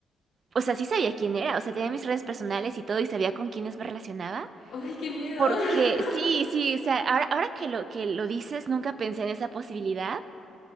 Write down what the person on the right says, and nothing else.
o sea, sí sabía quién era, o sea, tenía mis redes personales y todo y sabía con quiénes me relacionaba,
porque
sí, sí, o sea, ahora, ahora que lo, que lo dices, nunca pensé en esa posibilidad,